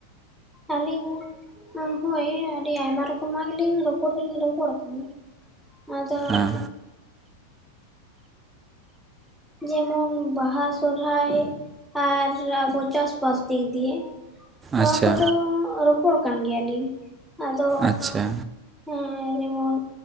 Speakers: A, in the centre; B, on the right (about 20°).
A: ᱟᱞᱤᱝ, ᱚᱸ ᱦᱚᱸᱭ ᱟᱹᱰᱤ ᱟᱭᱢᱟ ᱨᱚᱠᱚᱢᱟᱜ ᱜᱮᱞᱤᱧ ᱨᱚᱯᱚᱲ ᱫᱚᱞᱤᱧ ᱨᱚᱯᱚᱲ ᱟᱠᱟᱱᱟ᱾ ᱟᱫᱚᱻᱩᱸᱦ
B: ᱦᱮᱸ
A: ᱡᱮᱢᱚᱱ ᱵᱟᱦᱟ ᱥᱚᱨᱦᱟᱭ ᱟᱨ ᱟᱵᱚ ᱪᱟᱥᱵᱟᱥ ᱫᱤᱠ ᱫᱤᱭᱮ, ᱱᱚᱣᱟ
B: ᱟᱪᱪᱷᱟ
A: ᱠᱚᱫᱚᱻ ᱨᱚᱯᱚᱲ ᱠᱟᱱ ᱜᱮᱭᱟ ᱞᱤᱧ, ᱟᱫᱚ
B: ᱟᱪᱪᱷᱟ
A: ᱦᱮᱸ ᱡᱮᱢᱚᱱ